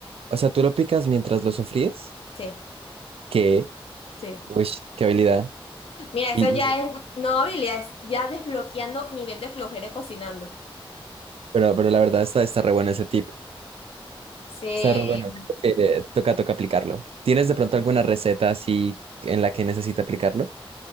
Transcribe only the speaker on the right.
O sea, tú lo picas mientras lo sofríes.
¿Qué?
Uy, qué habilidad.
Y,
y-
pero, pero la verdad está, está re bueno ese tip.
Está re bueno. Eh, toca, toca aplicarlo. ¿Tienes de pronto alguna receta así en la que necesite aplicarlo?